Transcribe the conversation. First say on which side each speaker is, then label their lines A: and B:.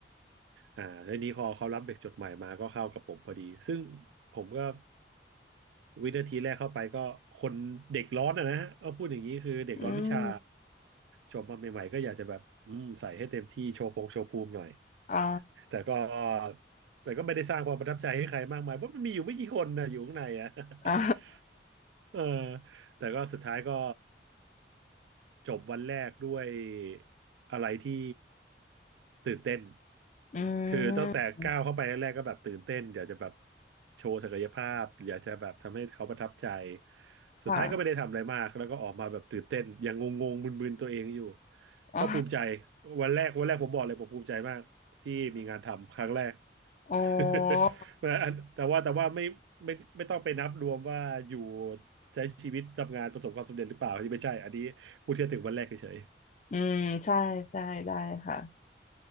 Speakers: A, on the right; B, on the left.
A: อ่าแล้วนี้พอเขารับเด็กจดใหม่มาก็เข้ากับผมพอดีซึ่งผมก็วินาทีแรกเข้าไปก็คนเด็กร้อนอะนะฮะเอาพูดอย่างนี้คือเด็กร้อนวิชา
B: อืม
A: จบมาใหม่ๆก็อยากจะแบบอืมใส่ให้เต็มที่โชว์พงโชว์ภูมิหน่อย
B: อ๋อ
A: แต่ก็แต่ก็ไม่ได้สร้างความประทับใจให้ใครมากมายเพราะมันมีอยู่ไม่กี่คนนะอยู่ข้างในอะ <laughs>
B: <laughs> อ่า
A: เออแต่ก็สุดท้ายก็ จบวันแรกด้วยอะไรที่ตื่นเต้น
B: อื
A: คือตั้งแต่ก้าวเข้าไปแรกๆก็แบบตื่นเต้นอยากจะแบบ
B: ม
A: โชว์ศักยภาพอยากจะแบบทำให้เขาประทับใจ สุดท้ายก็ไม่ได้ทำอะไรมากแล้วก็ออกมาแบบตื่นเต้นยังงงๆมึนๆตัวเองอยู่
B: ค่ะ <laughs> อ๋อ
A: ก็ภูมิใจวันแรกวันแรกผมบอกเลยผมภูมิใจมากที่มีงานทำครั้งแรก
B: โอ้
A: <laughs> แต่อันแต่ว่าแต่ว่าไม่ไม่ไม่ต้องไปนับรวมว่าอยู่ใช้ชีวิตทำงานประสบความสำเร็จหรือเปล่าอันนี้ไม่ใช่อันนี้พูดแค่ถึงวันแรกเฉย
B: อืมใช่ใช่ได้ค่ะ